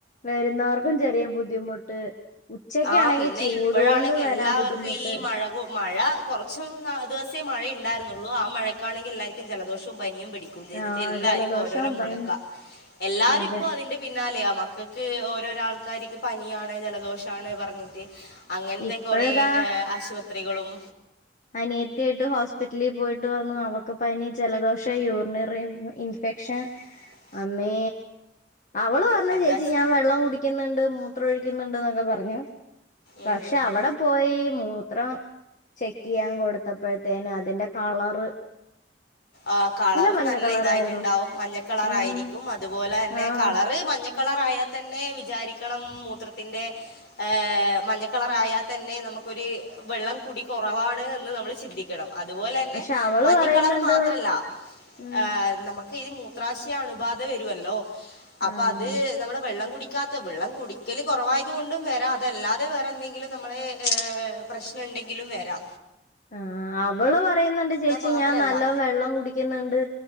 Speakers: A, on the left; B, on the left.
A: വരുന്നവർക്കും ചെറിയ ബുദ്ധിമുട്ട് ഉച്ചക്കാണെങ്കി
B: ആഹ് പിന്നെ
A: ചൂട്
B: ഇപ്പഴാണെങ്കി
A: കൊണ്ട് വരാൻ
B: എല്ലാവർക്കും
A: ബുദ്ധിമുട്ട്
B: ഈ മഴ കൊ മഴ കൊറച്ചും നാ ദിവസേ മഴ ഇണ്ടായിരുന്നുള്ളൂ ആ മഴക്കാണെങ്കി എല്ലാവർക്കും ജലദോഷവും പനിയും പിടി പുതിയത്ക്ക്
A: ആഹ്
B: എല്ലാര്ക്കും
A: ജലദോഷം
B: ഓരോരോ മൂലക്കാ
A: പനി
B: എല്ലാരും
A: അതെ
B: ഇപ്പൊ അതിന്റെ പിന്നാലയാ മക്കക്ക് ഓരോരോ ആൾക്കാരിക്ക് പനിയാണ് ജലദോഷാണ് പറഞ്ഞിട്ട് അങ്ങൻതെ
A: ഇപ്പഴതാ
B: കൊറേ ഏ ആശുപത്രികളും
A: അനിയത്തിയിട്ട് ഹോസ്പിറ്റലിൽ പോയിട്ട് വന്നു അവക്ക് പനി ജലദോഷ യൂറിനറി ഇൻഫ്ഇൻഫെക്ഷൻ
B: ഉ <inaudible>
A: അമ്മേ അവള് പറഞ്
B: എന്താ
A: ചേച്ചി
B: ചെ-
A: ഞാൻ വെള്ളം കുടിക്ക് ക്കുന്നുണ്ട് മൂത്രംഒഴിക്കുന്നുണ്ട് എന്നൊക്കെ പറഞ്ഞു
B: ഉം
A: പക്ഷേ അവിട പോയി മൂത്രം ചെക്ക് ചെയ്യാൻ കൊടുത്തപ്പഴത്തേന് അതിന്റെ കളറ്
B: ആഹ് കളറ്
A: മഞ്ഞ
B: നല്ല
A: കളറായിരുന്നു
B: ഇതായിട്ട്ണ്ടാവും മഞ്ഞക്കളറായിരിക്കും
A: ഉം
B: അതുപോലെ തന്നെ
A: ആഹ്
B: കളറ് മഞ്ഞക കളറായാ തന്നെ വിചാരിക്കണം മൂത്രത്തിന്റെ ഏഹ് മഞ്ഞക്കളറായാതന്നെ നമുക്കൊരു വെള്ളം കുടി കുറവാണ് എന്ന് നമ്മൾ ചിന്തിക്കും ണം അതുപോലെ തന്നെ
A: പക്ഷെ അവള്
B: മഞ്ഞ
A: പറയുന്നുണ്ട്
B: കളർ മാത്രല്ല
A: ഉം
B: ഏ നമുക്ക് ഇപ്പ ഈ മൂത്രാശയ അണുബാധ വരുവ ല്ലോ അപ്പൊ
A: ആഹ്
B: അത് നമ്മള് വെള്ളം കുടിക്കാത്ത വെള്ളം കുടിക്കല് കുറവായത് കൊണ്ടും വരാം അതല്ലാതെ വേറെ എന്തെങ്കിലും നമ്മളെ ഏഹ് പ്രശ്നമുണ്ടെങ്കിലും വരാ
A: ആ അവള് പറയുന്നുണ്ട് ചേച്ചി
B: മാത്രമല്ല
A: ഞാൻ നല്ലോം വെള്ളം കുടിക്കുന്നുണ്ട്